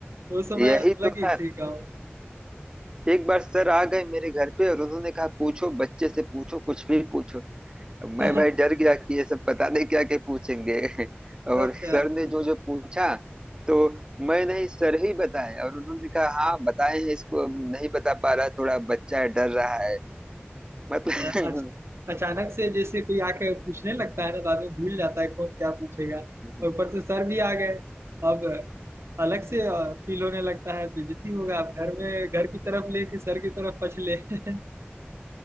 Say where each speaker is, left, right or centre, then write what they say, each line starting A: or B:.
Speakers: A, on the right; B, on the right.
A: उस समय
B: यही
A: अलग
B: तो
A: ही
B: है
A: थी गाँव में
B: एक बार सर आ गए मेरे घर पे और उन्होंने कहा पूछो बच्चे से पूछो कुछ भी पूछो अब
A: <laughs>
B: मैं भाई डर गया कि ये सब पता नहीं क्या क्या पूछेंगे <laughs>
A: तब
B: और सर
A: क्या
B: ने जो जो पूछा तो मैं नहीं सर ही बताए और उन्होंने कहा हाँ बताए हैं इसको अब नहीं बता पा रहा थोड़ा बच्चा है डर रहा है मतलब
A: अ- अचानक से जैसे कोई आके पूछने लगता है ना तो आदमी भूल जाता है कौन क्या पूछेगा
B: <laughs>
A: और ऊपर से सर भी आ गए अब अलग से फील होने लगता है बेइज्जती होगा अब घर में घर की तरफ ले कि सर की तरफ पछले <laughs>